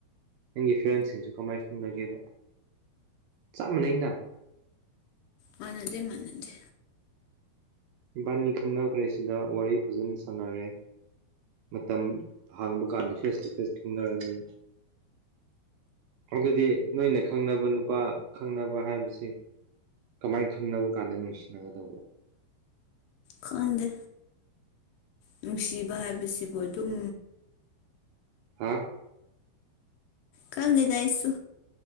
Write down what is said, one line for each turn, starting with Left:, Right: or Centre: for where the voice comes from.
Right: ꯅꯪꯒꯤ ꯐ꯭ꯔꯦꯟꯁꯤꯡꯁꯨ ꯀꯃꯥꯏ ꯈꯨꯝꯅꯒꯦꯕ ꯆꯞ ꯃꯥꯟꯅꯩꯩꯅ
Left: ꯃꯥꯅꯗꯦ ꯃꯥꯅꯗꯦ꯫
Right: ꯏꯕꯥꯅꯤ ꯈꯪꯅꯈ꯭ꯔꯁꯤꯗ ꯋꯥꯔꯤ ꯐꯖꯅ ꯁꯥꯟꯅꯔꯦ꯫ ꯃꯇꯝ ꯍꯥꯡꯕ ꯀꯥꯟꯗ ꯐꯦꯁꯂꯤꯇꯦꯁ ꯈꯦꯡꯅꯔꯝꯅꯤ ꯑꯗꯨꯗꯤ ꯅꯣꯏꯅ ꯈꯪꯅꯕ ꯅꯨꯄꯥ ꯈꯪꯅꯕ ꯍꯥꯏꯕꯁꯦ ꯀꯃꯥꯏ ꯈꯪꯅꯕ ꯀꯥꯟꯗ ꯅꯨꯡꯁꯤꯅꯒꯗꯧꯕ꯫
Left: ꯈꯪꯗꯦ ꯅꯨꯡꯁꯤꯕ ꯍꯥꯏꯕꯁꯤꯕꯨ ꯑꯗꯨꯝ
Right: ꯍꯥ
Left: ꯀ ꯂꯩꯗꯥꯏꯁꯨ